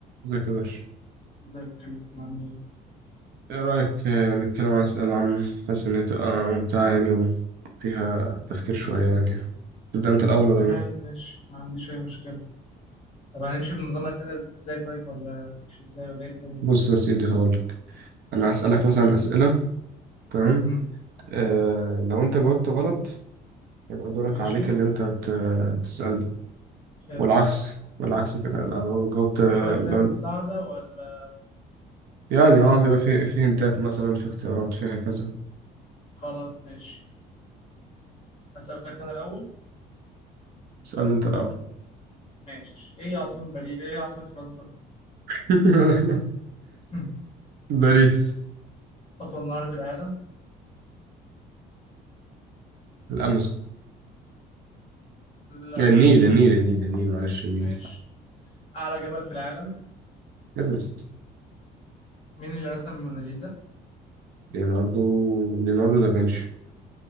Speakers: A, on the right (about 70°); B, on the left (about 35°).
A: ازيك يا باشا
B: ازيك يا كريم عامل ايه؟
A: ايه رأيك آه، نتكلم عن أسئلة عامة حاسس إن هي تبقى ممتعة يعني وفيها تفكير شوية يعني تبدأ أنت الأول ولا
B: تمام
A: أنا؟
B: ماشي ما عنديش اي مشكلة طب هنمشي بنظام اسئلة ازاي طيب ولا تمشي ازاي ولا ايه الدنيا؟
A: بص يا سيدي هقولك أنا
B: بص
A: هسألك مثلا أسئلة تمام
B: امم
A: آه لو أنت جاوبت غلط هيبقى دورك
B: ماشي
A: عليك اللي أنت ت- تسألني
B: حلو
A: والعكس والعكس كده لو جاوبت
B: طب في وسائل
A: لو
B: مساعدة ولا
A: يعني
B: ولا
A: اه
B: ايه؟
A: هيبقى فيه فيه هنتات مثلا في اختيارات فيها كذا
B: خلاص ماشي هسألك انا الأول
A: اسألني أنت الأول
B: ماشي ايه عاصمة بري ايه عاصمة فرنسا؟
A: <laughs>
B: <laughs>
A: باريس
B: أطول نهر في العالم؟
A: الأمازون
B: لا
A: يعني النيل النيل النيل النيل معلش النيل
B: ماشي أعلى جبل في العالم؟
A: ايفرست
B: مين اللي رسم الموناليزا؟
A: ليوناردو ليوناردو دافنشي